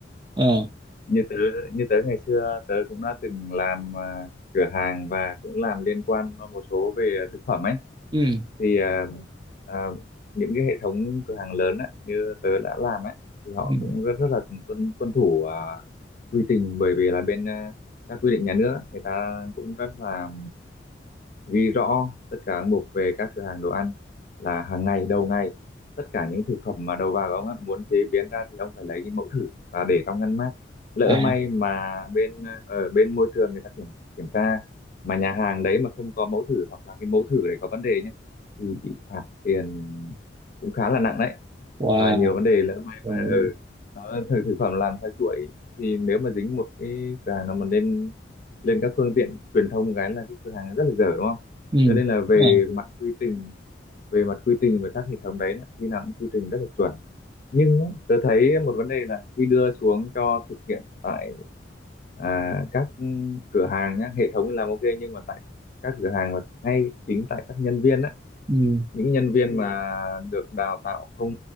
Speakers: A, on the right; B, on the left.
A: ờ
B: như tớ như tớ ngày xưa tớ cũng đã từng làm à, cửa hàng và cũng làm liên quan một số về thực phẩm ấy
A: ừ
B: thì à, à, những cái hệ thống cửa hàng lớn ấy, như tớ đã làm ấy thì họ
A: ừ.
B: cũng rất rất là tuân tuân thủ à, quy trình bởi vì là bên à, các quy định nhà nước ấy, người ta cũng rất là ghi rõ tất cả các mục về các cửa hàng đồ ăn là hàng ngày đầu ngày tất cả những thực phẩm mà đầu vào của ông á, muốn chế biến ra thì ông phải lấy cái mẫu thử và để trong ngăn mát lỡ
A: à
B: may mà bên ở bên môi trường người ta kiểm kiểm tra mà nhà hàng đấy mà không có mẫu thử hoặc là cái mẫu thử đấy có vấn đề nhé thì bị phạt tiền cũng khá là nặng đấy
A: wow
B: và nhiều vấn đề lỡ may
A: rồi
B: mà ở ừ, nó thực thực phẩm làm theo chuỗi thì nếu mà dính một cái cửa hàng nào mà lên lên các phương tiện truyền thông cái là cái cửa hàng rất là dở đúng không
A: ừ
B: cho nên là về
A: đúng rồi.
B: mặt quy trình về mặt quy trình và các hệ thống đấy là khi nào cũng quy trình rất là chuẩn nhưng ấy, tớ thấy một vấn đề là khi đưa xuống cho thực hiện tại à, các cửa hàng nhá hệ thống thì làm ok nhưng mà tại các cửa hàng mà ngay chính tại các nhân viên á
A: ừ
B: những nhân viên mà được đào tạo không